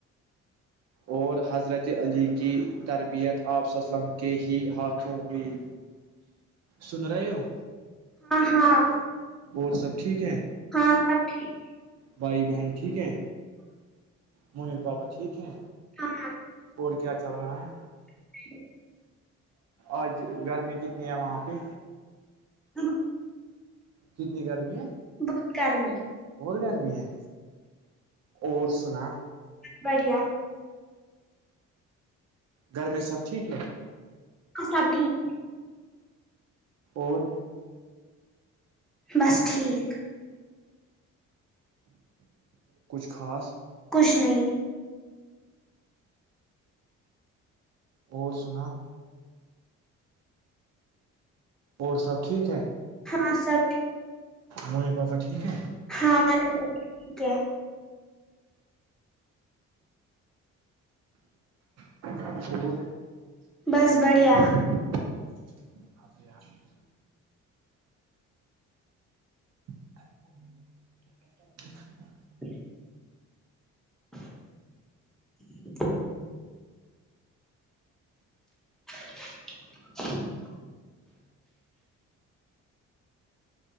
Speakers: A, on the right (about 60°); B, in the centre.
A: اور حضرت علی کی تربیت آپ صلى الله علیہ وسلم کے ہی ہاتھوں ہوئی سن رہے ہو
B: ہاں ہاں
A: اور سب ٹھیک ہے
B: ہاں سب ٹھیک
A: بھائی بہن ٹھیک ہے ممی پاپا ٹھیک ہیں
B: ہاں
A: اور کیا چل رہا ہے
B: <inaudible>
A: آج گرمی کتنی ہے وہاں پہ
B: ہاں
A: کتنی گرمی ہے
B: بہت گرمی
A: بہت گرمی ہے اور سنا
B: بڑھیا
A: گھر میں سب ٹھیک ہے
B: ہاں سب ٹھیک
A: اور
B: بس ٹھیک
A: کچھ خاص
B: کچھ نہیں
A: اور سنا اور سب ٹھیک ہے
B: ہاں سب ٹھیک۔
A: ممی پاپا ٹھیک ہے
B: ہاں ہمارے گھر بھی ٹھیک ہے
A: اور
B: بس بڑھیا
A: <inaudible>
B: <inaudible> <inaudible> <inaudible>